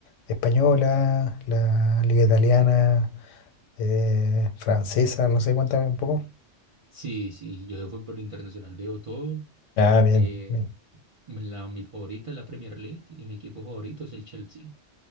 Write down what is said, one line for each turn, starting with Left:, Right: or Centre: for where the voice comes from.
Left: española, la liga italiana, eh, francesa? No sé, cuéntame un poco.
Right: Sí, sí, yo de fútbol internacional veo todo.
Left: Ah, bien,
Right: Eh,
Left: bien.
Right: la, mi favorita es la Premier League y mi equipo favorito es el Chelsea.